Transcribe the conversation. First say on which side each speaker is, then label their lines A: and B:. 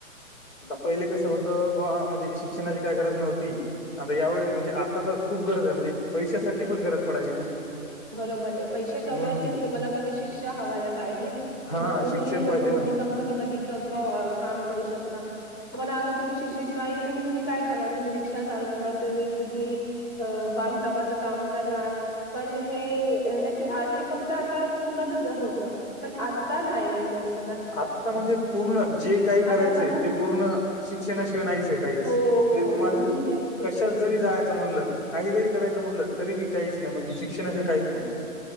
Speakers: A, on the left; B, on the left.
A: आता पहिले कसं होतं बुवा म्हणजे शिक्षणाची काय गरज नव्हती आता यावेळी म्हणजे आता तर खूप गरज आहे म्हणजे पैशासाठी पण गरज पडायची ना
B: बरोबर आहे पैसे कमवायचे
A: हम्म.
B: तर मला पहिले शिक्षा हवायला पाहिजे
A: हा
B: मग तुम्ही
A: शिक्षण
B: मोठी
A: पाहिजे ना.
B: मोठी कंपनी मध्ये काम करू शकता पण अगं तुम्ही शिक्षित नाही तर मग तुम्ही काय करणार तुम्ही रिक्षा चालवणार तुम्ही कुठेही अ बांधकामाच काम करणार पण हे नाही की हे फक्त आता पूर्णचच होत पण आता नाही आहे दोस
A: आता म्हणजे पूर्ण जे काही करायचंय
B: आता तुम्हाला
A: ते पूर्ण शिक्षणाशिवाय नाहीचंय काहीच
B: हो हो
A: म्हणजे तुम्हाला
B: इंजिनियर बिलकुल
A: कशात
B: बिलकुल
A: जरी जाल म्हणलं काही जरी करायचं म्हणलं तरी बी काहीच नाही म्हणजे शिक्षणाशी काहीच नाही